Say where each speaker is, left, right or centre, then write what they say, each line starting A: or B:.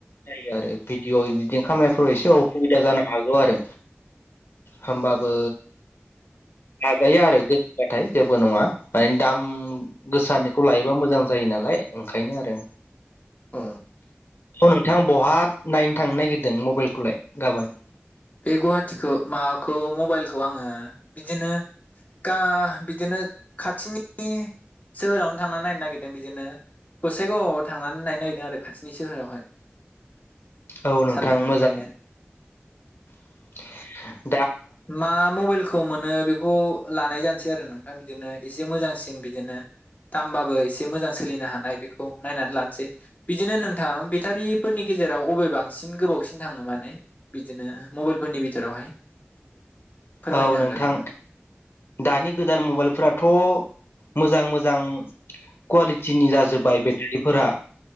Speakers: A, on the left; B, on the left.
A: जायो आरो भिडिअ' इदिटिं खामनायफोराव एसे अखुबिदा जानो हागौ आरो होमबाबो हाजायो आरो गोसोबाथाय जेबो नङा बाइन दाम गोसानिखौ लायोबा मोजां जायो नालाय ओंखायनो आरो
B: अ
A: औ नोंथां बहा नायनो थांनो नागिरदों मबाइलखौलाय गाबोन
B: बे गुवाहाटिखौ माबाखौ मबाइलखौ आङो बिदिनो गा बिदिनो खाथिनि सोहोरावनो थांनानै नायनो नागिरदों बिदिनो गसाइगावआव थांनानै नायनो नागिरदों आरो खाथिनि सोहोरावहाय
A: औ नोंथां
B: सानदोंमोन
A: मोजां
B: नायनो
A: <inaudible>
B: मा मबाइल खौ मोनो बेखौ लानाय जानोसै आरो नोंथां बिदिनो एसे मोजांसिन बिदिनो दामबाबो एसे मोजां सोलिनो हानाय बेखौ नायनानै लानोसै बिदिनो नोंथां बेटारिफोरनि गेजेराव अबे बांसिन गोबावसिन थाङो माने बिदिनो मबाइलफोरनि बि जेरावहाय फोरमायनो
A: औ नोंथां
B: हागोन नामा
A: दानि गोदान मबाइलफोराथ' मोजां मोजां कुवालिटिनि जाजोबाय बे रिफोरा